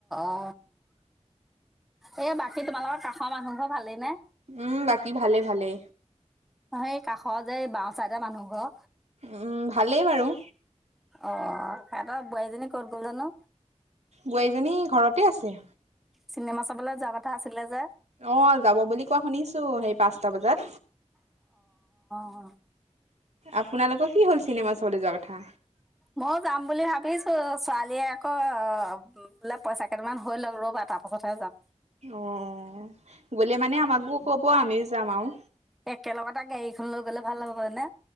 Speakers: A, in the centre; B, on the right.
A: অ এই বাকী তোমালোকৰ কাষৰ মানুহ ঘৰ ভালেই নে।
B: উম বাকী ভালে ভালে।
A: সেই কাষৰ যে এই বাওঁ চাইটা মানুহ ঘৰ
B: উম ভালেই বাৰু।
A: অ হেইটৰ বোৱাৰীজনী কত গল জানো।
B: বোৱাৰীজনী ঘৰতে আছে।
A: চিনেমা চাবলৈ যোৱা কথা আছিলে যে।
B: অ যাব বুলি কোৱা শুনিছো সেই পাঁচটা বজাত।
A: অ'।
B: আপোনালোকৰ কি হ'ল চিনেমা চাবলে যোৱা? কথা
A: মই যাম বুলি ভাবিছো। ছোৱালীয়ে আকৌ বোলে পইচা কেইটামান হৈ ল'ক ৰ'বা, তাৰপাছতহে যাম।
B: অ', গ'লে মানে আমাকো ক'ব। আমিও যাম আৰু।
A: একেলগতে <unintelligible> গ'লে ভাল হ'ব নে?